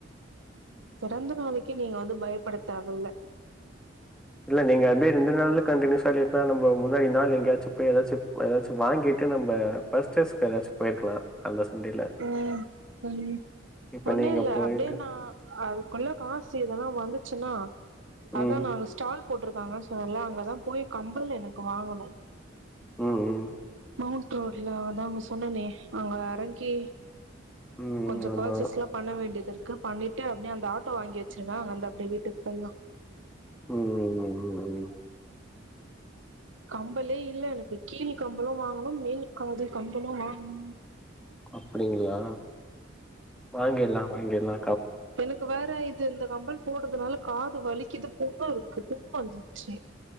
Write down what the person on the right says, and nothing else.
பிறந்த நாளைக்கி நீங்க வந்து பயப்பட தேவ இல்ல
ம் ம்
ஒண்ணு
இல்ல
அப்டியே நா அதுக்குள்ள காசு இதெல்லா வந்துச்சுனா
அதா நாங்க ஸ்டால் போட்டுருக்காங்கன் சொன்னல்ல அங்கதான் போய் கம்பல் எனக்கு வாங்கணு
மவுண்ட் ரோட்ல அதா அங்க சொன்னனே அங்க எறங்கி
கொஞ்சோ
பேர்ச்செஸ்ல்லா பண்ண வேண்டிது இருக்கு பண்ணிட்டு அப்டியே அந்த ஆட்டோ வாங்கி வெச்சுருங்க அங்கிருந்து அப்டியே வீட்டுக்கு போயிடலா
கம்பலே இல்ல எனக்கு கீழ் கம்பளு வாங்கணு மேல் காது கம்பளு வாங்கணு
எனக்கு வேற இது இந்த கம்பல் போடுறதுனால காது வலிக்குது புண்ணு இருக்கு புண்ணு வந்துச்சு